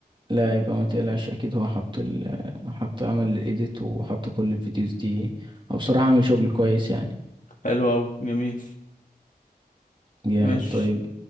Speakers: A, on the right; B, on the left.
A: لا يبقى ما تقلقش اكيد هو حط ال... حط عمل الايديت وحط كل الفيديوز دي او بصراحة عامل شغل كويس يعني
B: حلو قوي جميل
A: جامد
B: ماشي
A: طيب